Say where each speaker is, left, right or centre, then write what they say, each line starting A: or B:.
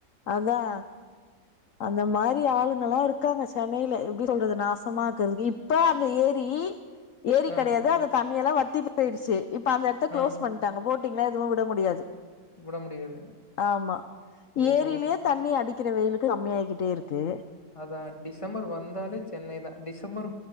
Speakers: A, on the left (about 55°); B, on the left (about 20°).
A: அதான் அந்த மாரி ஆளுங்கல்லாம் இருக்காங்க சா சென்னைல எப்டி சொல்றது நாசமா ஆக்குறதுக்கு இப்ப அந்த ஏரி ஏரி
B: அ,
A: கடையாது அந்த தண் நீ எல்லாம் வத்தி போய்டுச்சு இப்ப அந்த இடத்த
B: அ
A: க்ளோஸ் பண்ட்டாங்க போட் ட்டிங்ளா எதுவும் விட முடியாது
B: விட முடியாது.
A: ஆமா
B: ஓஹோ!
A: ஏரிலயே தண்ணி அடிக் அடிக்கிற வெயிலுக்கு கம்மி ஆயிட்டே இருக்கு
B: அதான் டிசம்பர் வந்தாலே சென்னை தான் டிசம்பர்